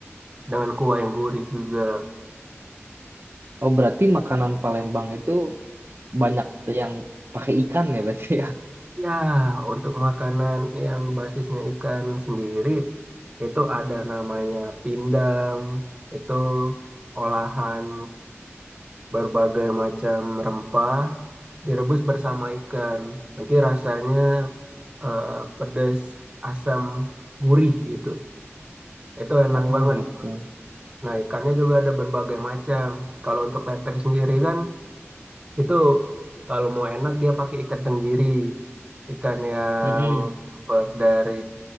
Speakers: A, on the right; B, on the right.
A: dengan kuah yang gurih juga.
B: Oh, berarti makanan Palembang itu banyak yang pakai ikan ya berarti ya.
A: Ya, untuk makanan yang basisnya ikan sendiri, itu ada namanya pindang, itu olahan berbagai macam rempah, direbus bersama ikan. Nanti rasanya eh, pedas, asam, gurih gitu. Itu enak
B: Oh,
A: banget.
B: gitu.
A: Nah, ikannya juga ada berbagai macam. Kalau untuk pepek sendiri kan, Itu kalau mau enak dia pakai ikan tenggiri. Ikan yang
B: Mm-mm.
A: dapat dari